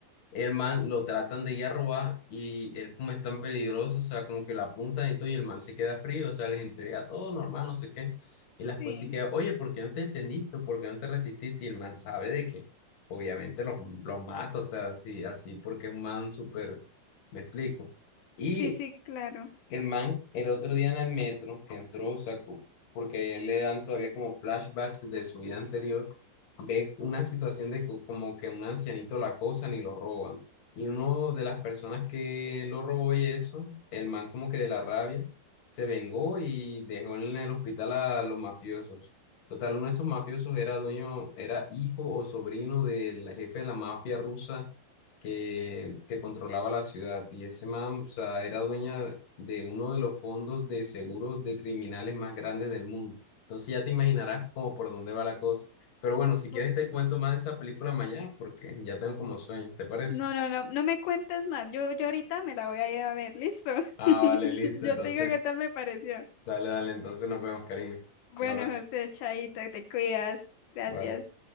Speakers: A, on the left; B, on the left.
A: El man lo tratan de ir a robar y él como es tan peligroso, o sea, como que lo apuntan y todo, y el man se queda frío, o sea, les entrega todo normal, no sé qué. Y la esposa
B: sí,
A: sí queda, oye, ¿por qué no te defendiste? ¿Por qué no te resististe? Y el man sabe de que obviamente los, los mata, o sea, así, así porque es un man súper, me explico. Y
B: sí, sí, claro.
A: el man, el otro día en el metro que entró, sacó, porque él le dan todavía como flashbacks de su vida anterior, ve una situación de co- como que un ancianito lo acosan y lo roban. Y uno de las personas que lo robó y eso, el man como que de la rabia, se vengó y dejó en el hospital a los mafiosos. Total, uno de esos mafiosos era dueño, era hijo o sobrino del jefe de la mafia rusa que, que controlaba la ciudad. Y ese man, o sea, era dueña de uno de los fondos de seguros de criminales más grandes del mundo. Entonces ya te imaginarás como por dónde va la cosa. Pero bueno, si quieres
B: O-
A: te cuento más de esa película mañana porque ya tengo como sueño, ¿te parece?
B: No, no, no, no me cuentes más. Yo, yo ahorita me la voy a ir a ver, ¿listo?
A: Ah,
B: <laughs>
A: vale, listo.
B: Yo
A: Entonces,
B: te digo qué tal me pareció.
A: dale, dale. Entonces nos vemos, Karina.
B: Bueno,
A: Un abrazo.
B: José, Chaita, te cuidas. Gracias.
A: Vale.